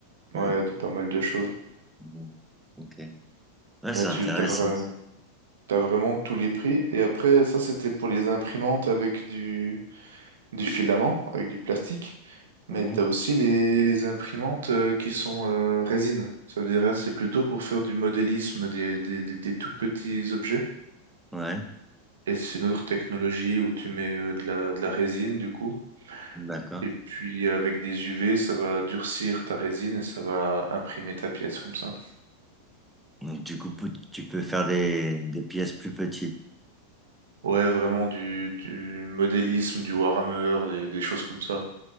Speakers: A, in the centre; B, on the right.
A: Ouais.
B: ouais, de pas mal de choses.
A: Mhm. Ok. Ouais,
B: Mais
A: c'est
B: tu
A: intéressant.
B: devrais, T'as vraiment de tous les prix. Et après, ça, c'était pour les imprimantes avec du, du filament, avec du plastique. Mais
A: Mhm.
B: t'as aussi les, les imprimantes euh, qui sont euh, résine. Ça veut dire là, c'est plutôt pour faire du modélisme des, des, des- des tout petits objets.
A: Ouais,
B: Et c'est une autre technologie où tu mets euh, de la, de la résine, du coup.
A: d'accord.
B: Et puis, avec des UV, ça va durcir ta résine et ça va imprimer ta pièce comme ça.
A: Donc, du coup, pou- tu peux faire des, des pièces plus petites.
B: Ouais, vraiment du, du modélisme, du Warhammer, des, des choses comme ça.